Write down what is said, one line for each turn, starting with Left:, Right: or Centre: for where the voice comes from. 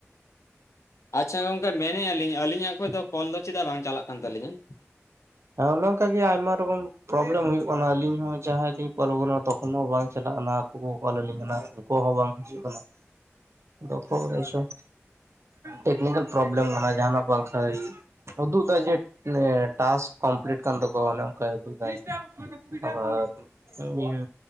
Left: ᱟᱪᱪᱷᱟ ᱜᱚᱝᱠᱮ ᱢᱮᱱᱮᱜᱼᱟ ᱞᱤᱧ ᱟᱹᱞᱤᱧᱟᱜ ᱠᱷᱚᱡ ᱫᱚ ᱠᱚᱞ ᱫᱚ ᱪᱮᱫᱟᱜ ᱵᱟᱝ ᱪᱟᱞᱟᱜ ᱠᱟᱱ ᱛᱟᱹᱞᱤᱧᱟ?
Right: ᱦᱮᱸ ᱚᱱᱮ ᱚᱝᱠᱟ ᱜᱮ ᱟᱭᱢᱟ ᱨᱚᱠᱚᱢ ᱯᱨᱚᱵᱞᱮᱢ ᱦᱩᱭᱩᱜ ᱠᱟᱱᱟ ᱟᱹᱞᱤᱧ ᱦᱚᱸ ᱡᱟᱦᱟᱸᱭ ᱞᱤᱧ ᱠᱚᱞ ᱟᱠᱚᱠᱟᱱᱟ ᱛᱚᱠᱷᱚᱱ ᱦᱚᱸ ᱵᱟᱝ ᱪᱟᱞᱟᱜ ᱠᱟᱱᱟ ᱾ ᱩᱱᱠᱩ ᱠᱚ ᱠᱚᱞ ᱟᱞᱤᱧ ᱠᱟᱱᱟ ᱩᱝᱠᱩᱭᱟᱜ ᱦᱚᱸ ᱵᱟᱝ ᱦᱤᱡᱩᱜ ᱠᱟᱱᱟ ᱾ ᱫᱚ ᱚᱠᱚᱭ ᱵᱟᱲᱟᱭ ᱪᱚᱝ ᱴᱮᱠᱱᱤᱠᱮᱞ ᱯᱨᱚᱵᱞᱮᱢ ᱠᱟᱱᱟ ᱡᱟᱦᱟ ᱱᱟᱜ ᱵᱟᱝᱠᱷᱟᱡ ᱩᱫᱩᱜ ᱫᱟᱭ ᱡᱮ ᱡᱮ ᱴᱟᱥᱠ ᱠᱚᱢᱯᱞᱤᱴ ᱠᱟᱱ ᱛᱟᱠᱚᱣᱟ ᱚᱱᱮ ᱚᱝᱠᱟᱭ ᱩᱫᱩᱜ ᱫᱟᱭ ᱾ ᱟᱫᱚᱢ ᱤᱭᱟᱹ